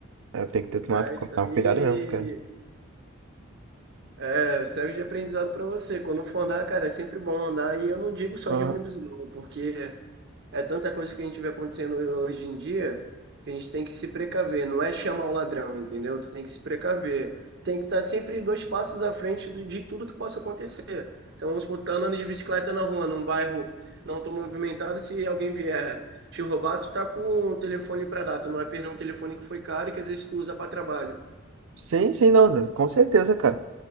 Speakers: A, on the right; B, on the right.
A: É, tem que ter tomado,
B: É,
A: tomar
B: isso aí.
A: cuidado mesmo, cara.
B: É, serve de aprendizado para você. Quando for andar, cara, é sempre bom andar. E eu não digo só
A: Aham.
B: de ônibus, não, porque é tanta coisa que a gente vê acontecendo hoje em dia que a gente tem que se precaver. Não é chamar o ladrão, entendeu? Tu tem que se precaver. Tem que estar sempre dois passos à frente do- de tudo que possa acontecer. Então vamos supor, tá andando de bicicleta na rua, num bairro não tão movimentado, se alguém vier te roubar, tu tá com o telefone para dar. Tu não vai perder um telefone que foi caro e que às vezes tu usa para trabalho.
A: Sim, sim, não, com certeza, cara.